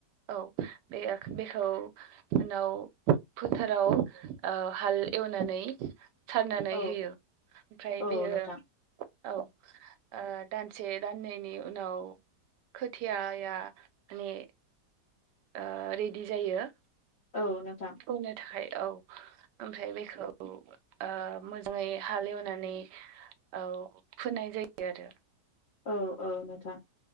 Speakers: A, on the right; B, on the left.
A: औ बे बेखौ उनाव फोथाराव ओ हाल एवनानै सारनानै
B: औ
A: होयो ओमफ्राय
B: औ
A: बेयो
B: नोंथां
A: औ ओ दानसे दाननैनि उनाव खोथियाया माने ओ रेडि जायो।
B: औ नोंथां।
A: फोनो थाखाय औ ओमफ्राय बेखौ ओ मोजाङै हालेवनानै औ फोनाय जायो आरो।
B: औ औ नोंथां।